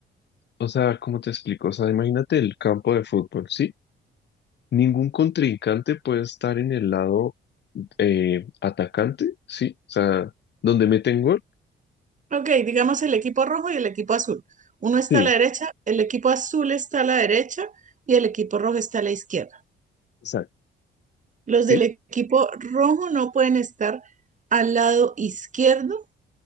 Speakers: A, on the left; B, on the right.
A: o sea, ¿cómo te explico? O sea, imagínate el campo de fútbol, ¿sí? Ningún contrincante puede estar en el lado eh, atacante, ¿sí? O sea, donde meten gol.
B: Ok, digamos el equipo rojo y el equipo azul. Uno está
A: Sí,
B: a la derecha, el equipo azul está a la derecha y el equipo rojo está a la izquierda.
A: exacto.
B: Los del
A: ¿Sí?
B: equipo rojo no pueden estar al lado izquierdo.